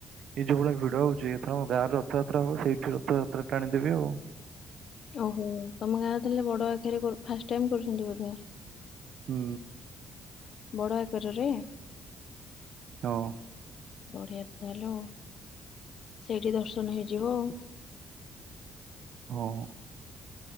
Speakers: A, on the right; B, on the left.
A: ଏଇ ଯୋଉ ଭଳିଆ ଭିଡ ହଉଛି ଏଥର ଆମ ଗାଁ ରେ ରଥଯାତ୍ରା ହବ ସେଇଠି ରଥଯାତ୍ରା ଟାଣିଦେବି ଆଉ
B: ଓହୋ ତମ ଗାଁ ତା ଲେ ବଡ ଆକାରେ କରୁ ଫାଷ୍ଟ ଟାଇମ କରୁଛନ୍ତି ବଧ
A: ହୁଁ
B: ବଡ଼ ଏକରରେ
A: ହଁ
B: ବଢିଆ ତାହଲ ସେଇଠି ଦର୍ଶନ ହେଇଯିବ ଆଉ
A: ହଁ